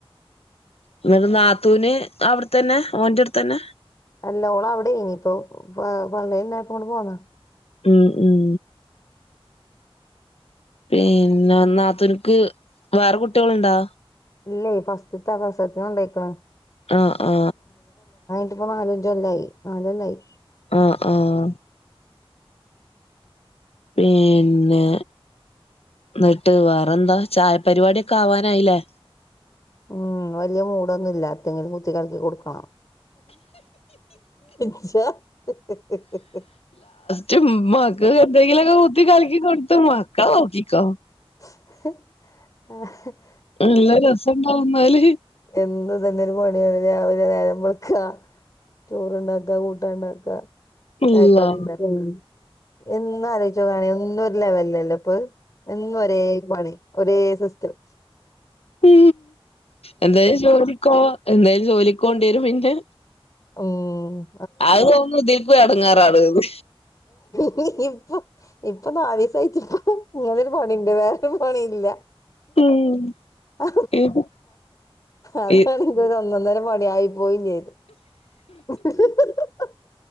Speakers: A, on the left; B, on the left.
A: എന്നിട് നാത്തൂന് അവിട തന്നെ ഓന്റെ അടുത്തന്നെ
B: അല്ല ഓള് അവിടെയിനി ഇപ്പൊ വള്ളലുലപോ ഇങ്ങട്ടു പോന്നാ
A: ഉം ഉം പിന്നെ നാത്തുനിക്ക് വേറെ കുട്ടികൾുണ്ടാ
B: ഇല്ലേ ഫാസ്റ്റ്ത പ്രസവത്തിനു കൊണ്ടയിക്ന്
A: ആഹ ആ
B: ഇപ്പ നാലഞ്ചകൊല്ലായി നാലുലോലായി
A: ആഹ ആഹ പിന്നെ എന്നിട്ട് വേറെന്താ ചായ പരിപാടിക്കെ ആവാനായില്ലേ
B: ഉം വലിയ മൂടൊന്നുംല്ല എത്തെങ്കിലും കുത്തി കളകി കൊടുക്കണം ച്ച <unintelligible>
A: ച് മക്ക് എന്തെങ്കിലൊക്ക കുത്തി കലിക്കി കൊടുത്തു മക്കലെ നൊക്കികൊ
B: ആഹ
A: നല്ല രസണ്ടാകുംന്നാല്
B: എന്നും ഇതന്നെ ഒരു പണിയാണ് രാവിലെ നേരംമ്പളക്ക ചോറ്ണ്ടാക്ക കൂട്ടാ ഉണ്ടാക്ക
A: അള്ളാ
B: <unintelligible> എന്നും ആലോചികനിം എന്നും ഒരു ലെവലല്ലോ ഇപ്പൊ അധ് എന്നും ഒരേ പണി ഒരേ സിസ്ടം
A: ഉ എന്തായാലും ജോലിക്കോ എന്തായാലും ജോലിക്കോണ്ടിവരും പിന്നെ
B: മം
A: അത് നോക്കുമ്പോ ഇതില്ക്കും അടങ്ങാറാണ് ഇത്
B: നീ ഇപ്പ ഇപ്പൊ നാലല് ദിവസംയച്ചപ്പ ഇങ്ങനെൊരു പണിണ്ട് വേറൊരു പണി ഇല്ല
A: ഉം
B: അ
A: ഇത്
B: അതാണ്ത
A: ഇ
B: <unintelligible> ഒന്നന്നരം പണി ആയി പോയിലെ <unintelligible>